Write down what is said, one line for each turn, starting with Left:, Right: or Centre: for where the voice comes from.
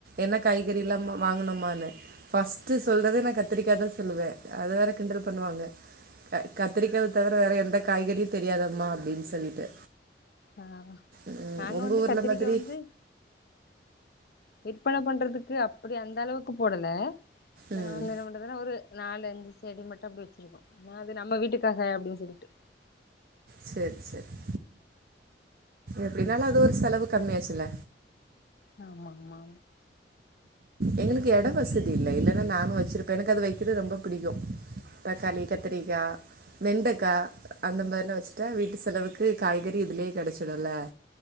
Right: என்ன காய்கறி எல்லா வாங்கனுமான்னு பஃஸ்ட்டு சொல்றதே நா கத்திரிக்காதா சொல்லுவே அது வேற கிண்டல் பண்ணுவாங்க கத்திரிக்காவ தவிர வேற எந்த காய்கறியு தெரியாதம்மா அப்டின்னு சொல்லிட்டு
Left: ஆ
Right: ம்
Left: நாங்க
Right: உங்க
Left: வந்து
Right: ஊர்ல
Left: கத்திரிக்கை
Right: மாதிரி
Left: வந்து விற்பனை பண்றதுக்கு அப்படி அந்த அளவுக்கு போடல கிட்டதட்ட
Right: ம்
Left: ஒரு நாலு அஞ்சு செடி மட்டும் அப்டி வச்சிருக்கோ அது நம்ம வீட்டுக்காக அப்டின்னு சொல்லிட்டு
Right: சேர் சேரி எப்படின்னாலு அது ஒரு செலவு கம்மியாச்சுல்ல
Left: ஆமா ஆமா ஆமா
Right: எங்களுக்கு இட வசதி இல்லை இல்லைன்னா நானு வச்சிருப்பே எனக்கு அது வைக்கிறது ரொம்ப பிடிக்கு தக்காளி கத்திரிக்கா வெண்டைக்காய் அந்த மாரிலா வச்சுட்ட வீட்டு செலவுக்கு காய்கறி இதுலயே கிடைச்சிடுல <inaudible>